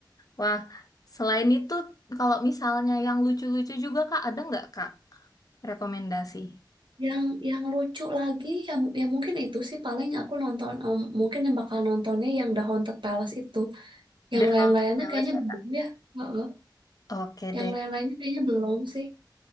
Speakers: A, on the left; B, on the right.
A: Wah, selain itu, kalau misalnya yang lucu-lucu juga, Kak, ada nggak, Kak, rekomendasi?
B: Yang yang lucu lagi, ya, mu- ya mungkin itu sih paling aku nonton, em, mungkin yang bakal nontonnya yang The Haunted Palace itu. Yang
A: Udah
B: lain-lainnya
A: untuk playlist
B: kayaknya
A: ya,
B: belum
A: Kak.
B: ya. Heeh.
A: Oke
B: Yang
A: deh.
B: lain-lainnya kayaknya belum sih.